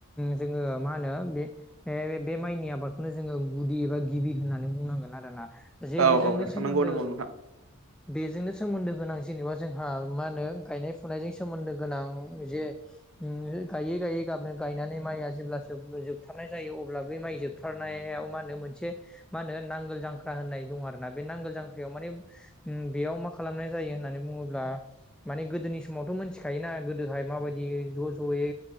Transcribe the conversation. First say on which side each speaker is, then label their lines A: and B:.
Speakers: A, in the centre; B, on the right (about 75°).
A: जोङो मा होनो बे बे बे माइनि आबादखौनो जोङो गुदि एबा गिबि होननानै बुंनांगोन आरोना। जे
B: औ
A: बेजोंनो
B: औ नोंथां
A: सोमोन्दो
B: नंगौ नंगौ नोंथां
A: बेजोंनो सोमोन्दो गोनां जेनेबा जोंहा मा होनो गायनाय फुनायजों सोमोन्दो गोनां जे <inaudible> गायै गायै गाबनो गायनानै माइआ जेब्ला जोबथारनाय जायो अब्ला बै माइ जोबथारनायाव मा होनो मोनसे मा होनो नांगोल जांख्रा होननाय दं आरो ना बे नांगोल जांख्रायाव माने बेयाव मा खालामनाय जायो होननानै बुङोब्ला? माने गोदोनि समावथ' मिथिखायोना गोदोहाय माबायदि ज' ज'यै